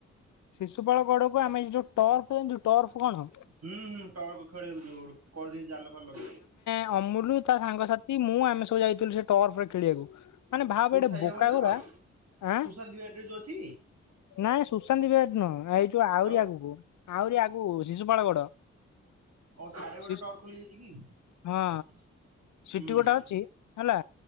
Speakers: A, on the left (about 70°); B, on the right (about 55°).
A: ଶିଶୁପାଳ ଗଡକୁ ଆମେ ଯୋଉ ଟର୍ଫ ଜାଣିଚୁ ଟର୍ଫ କଣ?
B: ହୁଁ ହୁଁ ଟର୍କ ଖେଳିଆକୁ ଯୋଉ <unintelligible> ଦେଇ ଜାଲ ଫାଲ।
A: ଆ ଅମୁଲୁ ତା ସାଙ୍ଗସାତି ମୁଁ ଆମେ ସବୁ ଯାଇଥିଲୁ ସେ ଟର୍ଫରେ ଖେଳିବାକୁ। ମାନେ ଭାବେ
B: କୋଉଠି
A: ଏଡେ
B: ସାଇବାବା
A: ବୋକା
B: ମନ୍ଦିର
A: ଗୁରା ଆଁ
B: ସୁଶାନ୍ତି ବିହାର ରେ ଯୋଉ ଅଛି
A: ନାଇଁ ସୁଶାନ୍ତି ବିହାର ନୁହଁ ଆ ଏ ଯୋଉ ଆହୁରି
B: ଆଉ
A: ଆଗୁକୁ। ଆହୁରି ଆଗୁକୁ ଶିଶୁପାଳ ଗଡ।
B: ଓ ସାଢେ ଗୋଟେ
A: ଶିଶୁ
B: ଟର୍କ ଖୋଲିଯାଇଛି କି?
A: ହଁ ସିଟି
B: ହୁଁ
A: ଗୋଟା ଅଛି ହେଲା